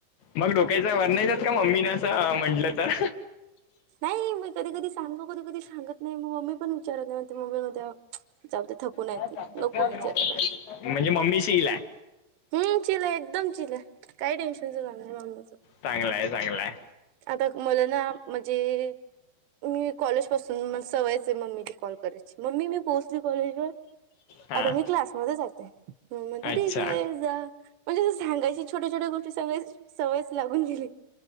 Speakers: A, on the left (about 65°); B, on the right (about 80°).
A: मग डोक्यायचा वर नाहीयचात का मम्मीने असं म्हंटलं तर
B: नाही मी कधी कधी सांगतो कधी कधी सांगत नाही मग मम्मी पण विचारत नाही म्हणते मम्मी मध्ये जाऊ ते थकूूनय
A: काय
B: त
A: टाकतात
B: नको
A: काय
B: विचारायला
A: नाही. म्हणजे मम्मी शीलल आहे
B: हम् चिील एकदम चिील काय टेन्शनचं का नाही मामण्याचं
A: चांगलाय चांगलाय
B: आता मला ना म्हणजे मी कॉलेज पासून म सवयचे मम्मी कॉल करायची मम्मी मी पोहोचली कॉलेजवर
A: हां
B: आता मी क्लासमध्येध्ये जाते म्हणते ठीक
A: अच्छा
B: आहे जा म्हणजे अस सगायची छोट्या छोट्या गोष्टी सांगाय सवयच लागून गेली